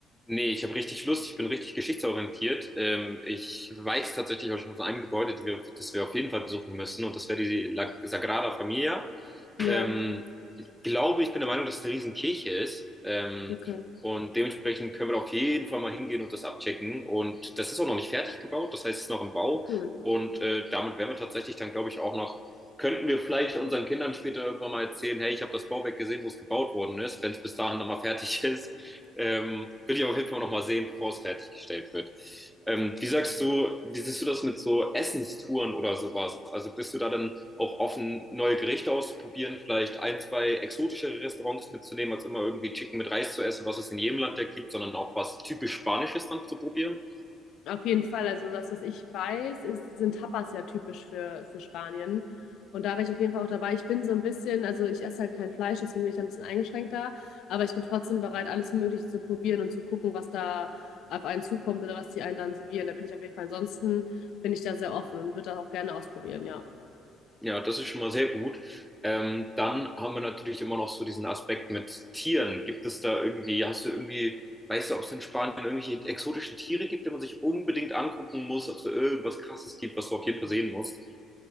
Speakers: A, in the centre; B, on the left (about 60°).
A: Nee, ich habe richtig Lust, ich bin richtig geschichtsorientiert. Ähm, ich weiß tatsächlich auch schon von einem Gebäude, die wir, das wir auf jeden Fall besuchen müssen, und das wäre die La Sagrada Familia.
B: Ja,
A: Ähm, ich glaube, ich bin der Meinung, dass es eine Riesenkirche ist. Ähm,
B: okay,
A: und dementsprechend können wir da auf jeden Fall mal hingehen und das abchecken. Und das ist auch noch nicht fertig gebaut, das heißt, es ist noch im Bau.
B: cool.
A: Und äh, damit wären wir tatsächlich dann, glaube ich, auch noch, könnten wir vielleicht unseren Kindern später irgendwann mal erzählen, hey, ich habe das Bauwerk gesehen, wo es gebaut worden ist, wenn es bis dahin nochmal fertig <laughs> ist. Ähm, will ich auf jeden Fall nochmal sehen, bevor es fertiggestellt wird. Ähm, wie sagst du, wie siehst du das mit so Essenstouren oder sowas? Also bist du da dann auch offen, neue Gerichte auszuprobieren, vielleicht ein, zwei exotischere Restaurants mitzunehmen, als immer irgendwie Chicken mit Reis zu essen, was es in jedem Land ja gibt, sondern auch was typisch Spanisches dann zu probieren?
B: Auf jeden Fall, also das, was ich weiß, ist, sind Tapas ja typisch für, für Spanien. Und da wäre ich auf jeden Fall auch dabei. Ich bin so ein bisschen, also ich esse halt kein Fleisch, deswegen bin ich da ein bisschen eingeschränkter, aber ich bin trotzdem bereit, alles Mögliche zu probieren und zu gucken, was da auf einen zukommt oder was die einen dann servieren. Da bin ich auf jeden Fall, ansonsten bin ich da sehr offen und würde das auch gerne ausprobieren, ja.
A: Ja, das ist schon mal sehr gut. Ähm, dann haben wir natürlich immer noch so diesen Aspekt mit Tieren. Gibt es da irgendwie, hast du irgendwie, weißt du, ob es in Spanien irgendwelche exotischen Tiere gibt, die man sich unbedingt angucken muss, ob es da irgendwas Krasses gibt, was du auf jeden Fall sehen musst?